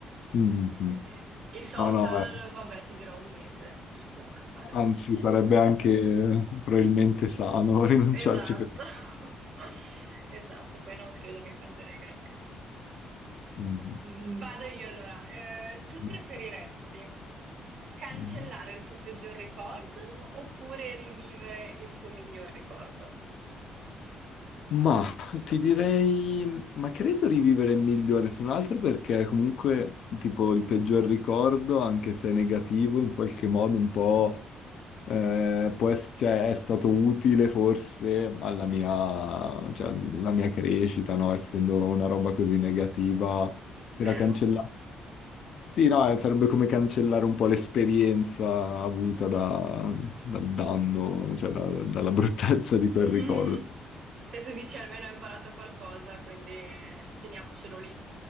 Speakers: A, on the left; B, on the right.
A: Mm, mm.
B: Quindi, I social,
A: No, no, eh,
B: vabbè, ti dirò un mese, si può anche fare
A: anzi,
B: di star senza,
A: sarebbe
B: no?
A: anche eh, probabilmente sano <laughs> rinunciarci
B: Esatto,
A: per...
B: <laughs> esatto, poi non credo mi perderei granché.
A: Mm,
B: Vado io allora, Eh, tu
A: mm,
B: preferiresti
A: ok.
B: cancellare
A: mm.
B: il tuo peggior ricordo oppure rivivere il tuo miglior ricordo?
A: Ma ti direi, ma credo rivivere è migliore se non altro perché comunque tipo il peggior ricordo, anche se negativo, in qualche modo un po' eh, può ess- cioè, è stato utile forse alla mia, cioè, alla mia crescita, no? Essendo una roba così negativa, se
B: Vero?
A: la cancella... Sì, no, eh, sarebbe come cancellare un po' l'esperienza avuta da- dal danno, cioè da- dalla <laughs> bruttezza di
B: <laughs>
A: quel
B: Mm.
A: ricordo.
B: Cioè, tu dici almeno ho imparato qualcosa, quindi eh, teniamocelo lì.